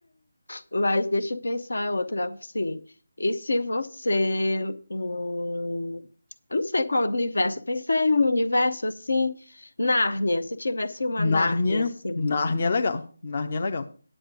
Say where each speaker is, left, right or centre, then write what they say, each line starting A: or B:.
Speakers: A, on the left (about 60°); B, on the left (about 40°).
A: Mas deixa eu pensar outra, sim. E se você, hum, eu não sei qual universo, eu pensei em um universo assim, Nárnia, se tivesse uma
B: Nárnia,
A: Nárnia assim.
B: Nárnia é legal. Nárnia é legal.